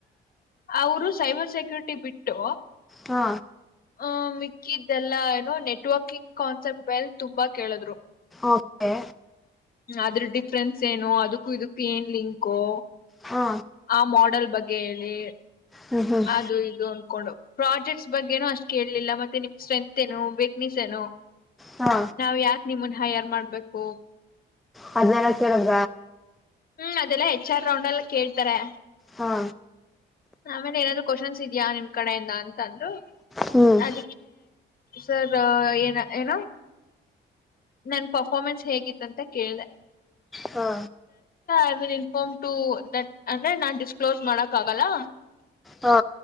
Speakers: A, on the left (about 45°); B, in the centre.
A: ಅವರು ಸೈಬರ್ ಸೆಕ್ಯೂರಿಟಿ ಬಿಟ್ಟು
B: ಹಾ
A: ಆಹ ಮಿಕ್ಕಿ್ದೆಲ್ಲಾ ಏನೋ ನೆಟ್ವರ್ಕಿಂಗ್ ಕಾನ್ಸೆಪ್ಟ್ ಬೆಲ್ ತುಂಬಾ ಕೇಳಿದ್ರು
B: ಓಕೆ
A: ಅದ್ರ ಡಿಫ್ರೆನ್ಸ್ ಏನು ಅದಕ್ಕೂ ಇದಕ್ಕ ಏನ್ ಲಿಂಕು
B: ಹಾ
A: ಆ ಮಾಡೆಲ್ ಬಗ್ಗೆ ಹೇಳಿ
B: ಹ್ಮ್ ಹ್ಮ್
A: ಅದು ಇದು ಹೊಂಡು ಪ್ರಾಜೆಕ್ಟ್ಸ್ ಬಗ್ಗೆ ನನು ಅಷ್ಟ್ ಕೇಳಲಿಲ್ಲತ್ತೆ ನಿಮ್ ಸ್ಟ್ರೆಂತ್ ಏನು ವೀಕ್ನೆಸ್ ಏನು
B: ಹಾ
A: ನಾವ್ ಯಾಕ ನಿಮನ್ ಹ ಯಾರಾರ್ ಮಾಡ್ಬೇಕು
B: ಹದ್ನಲ್ಕ್ಕರಲ್
A: ಹ್ಮ್ ಅದೆಲ್ಲ ಹೆಚ್ ಆರ್ ರೌಂಡ್ ಅಲ್ಲಿ ಕೇಳ್ತಾರೆ
B: ಹ್ಮ
A: ಆಮೇಲೆ ಏನಾದ್ರು ಕ್ವನ್ಸ್ ಇದ್ಯಾಾ ನಿಮ್ ಕಡೆಯಿಂದ ಅಂತ ಅಂದರು
B: ಹ್ಮ್
A: ಅದ ಸರ್ ಏನ ಏನೋ ನನ್ ಪರ್ಫ್ಮೆನ್ಸ್ ಹೇಗಿತ್ತ ಅಂತ ಕೇಳಿದೆಂತ
B: ಹಾ
A: I will inform to that ಅಂದ್ರೆ ನಾನ್ ಡಿಸ್ಕ್ಲೋಸ್ ಮಾಡಕ್ ಆಗಲ್ಲ
B: ಹಾ